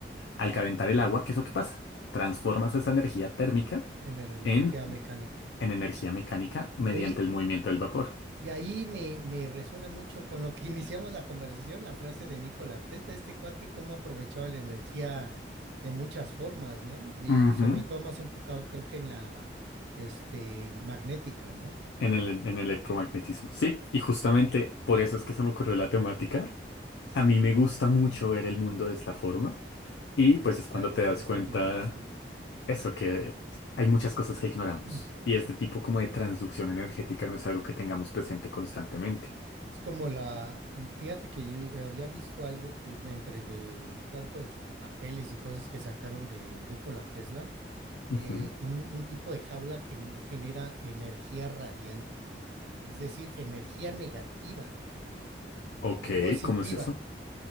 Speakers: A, on the left; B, on the right.
A: Al calentar el agua, ¿qué es lo que pasa? Transformas esa energía térmica
B: en en
A: en,
B: energía mecánica.
A: en energía mecánica mediante
B: Oye,
A: el movimiento del vapor.
B: Y ahí me, me resuena mucho con lo que <laughs> iniciamos la conversación, la frase de Nikola Tesla, este cuate, cómo aprovechaba la energía de muchas formas, ¿no? Y
A: Ujú,
B: sobre todo más enfocado, creo que en la, este, magnética, ¿no?
A: En el, en el electromagnetismo. Sí, y justamente por eso es que se me ocurrió la temática.
B: Sí,
A: A mí me gusta mucho ver el mundo de esta forma y
B: oye,
A: pues
B: está,
A: es cuando
B: está
A: te das
B: bastante
A: cuenta
B: interesante. <clears throat>
A: eso, que hay muchas cosas que ignoramos
B: Mm.
A: y este tipo como de transducción energética no es algo que tengamos presente constantemente.
B: Es como la, fíjate que yo había visto algo que entre de tantos papeles y cosas que sacaron de Nikola Tesla, eh,
A: Ujú.
B: un, un tipo de jaula que n- genera energía radiante. es decir, energía negativa,
A: Ok,
B: no positiva.
A: ¿cómo es eso?